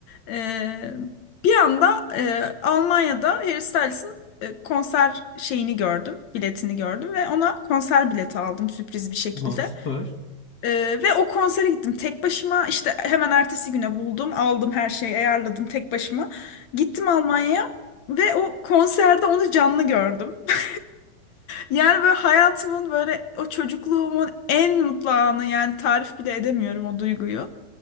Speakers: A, on the left; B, on the left.
A: e, bir anda e, Almanya'da Harry Styles'ın e, konser şeyini gördüm, biletini gördüm ve ona konser bileti aldım sürpriz bir şekilde.
B: hı. Aa, süper.
A: Ee, ve o konsere gittim tek başıma işte hemen ertesi güne buldum aldım her şeyi ayarladım tek başıma gittim Almanya'ya ve o konserde onu canlı gördüm. <laughs> Yani böyle hayatımın böyle o çocukluğumun en mutlu anı yani tarif bile edemiyorum o duyguyu.